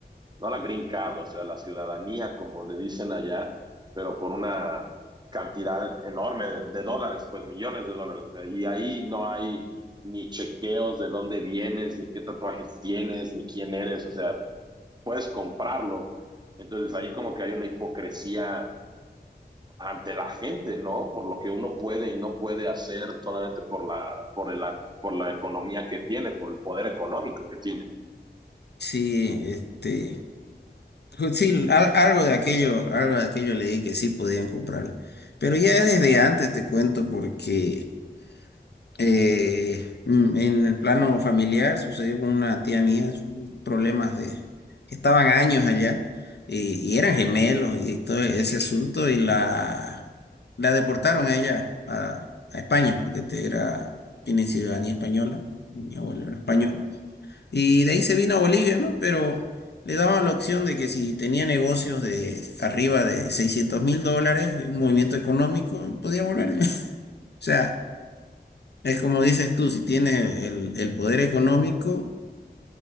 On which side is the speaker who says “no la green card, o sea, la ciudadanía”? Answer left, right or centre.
Right